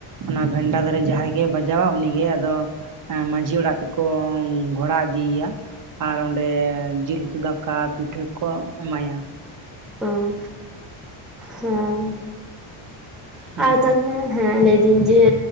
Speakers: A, on the right (about 40°); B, in the centre.
A: ᱚᱱᱟ ᱵᱷᱮᱱᱰᱟ ᱫᱟᱨᱮ ᱡᱟᱦᱟᱸᱭ ᱜᱮ ᱵᱟᱡᱟᱣᱼᱟ ᱩᱱᱤ ᱜᱮ ᱟᱫᱚ ᱢᱟᱺᱡᱷᱤ ᱚᱲᱟᱜ ᱛᱮ ᱠᱚ ᱜᱷᱚᱲᱟ ᱤᱫᱤ ᱭᱮᱭᱟ ᱟᱨ ᱚᱸᱰᱮ ᱡᱤᱞ ᱩᱛᱩ, ᱫᱟᱠᱟ ᱯᱤᱴᱷᱟᱹ ᱠᱚ ᱮᱢᱟᱭᱟ᱾
B: ᱩᱸ ᱦᱮᱸ
A: ᱦᱮᱸ
B: ᱟᱨ ᱛᱟᱞᱦᱮ ᱦᱮᱸ ᱞᱟᱹᱭᱫᱟᱹᱧ ᱡᱮ